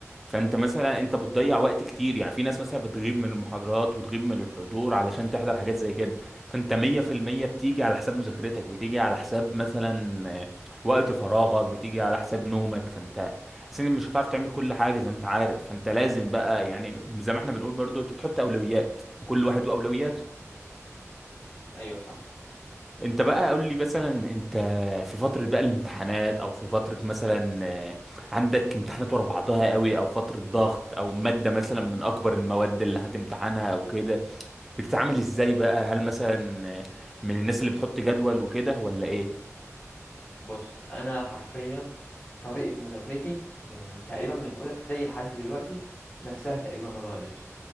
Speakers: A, in the centre; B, on the left (about 20°).
A: فانت مثلا انت بتضيع وقت كتير يعني في ناس مثلا بتغيب من المحاضرات وتغيب من الحضور علشان تحضر حاجات زي كده فانت 100% بتيجي على حساب مذاكرتك بتيجي على حساب مثلا آه، وقت فراغك بتيجي على حساب نومك فانت اصلا مش هتعرف تعمل كل حاجة زي ما انت عارف فانت لازم بقى يعني زي ما احنا بنقول برضو انت بتحط اولويات كل واحد واولوياته
B: ايوه صح
A: انت بقى قول لي مثلا انت في فترة بقى الامتحانات او في فترة مثلا آه، عندك امتحانات ورا بعضها قوي او فترة ضغط او مادة مثلا من اكبر المواد اللي هتمتحنها او كده بتتعامل ازاي بقى هل مثلا آه، من الناس اللي بتحط جدول وكده ولا ايه
B: بص انا حرفيا طريقه مذاكرتي من تقريبا من اولى ابتدائي لحد دلوقتي نفسها تقريبا ما اتغيرتش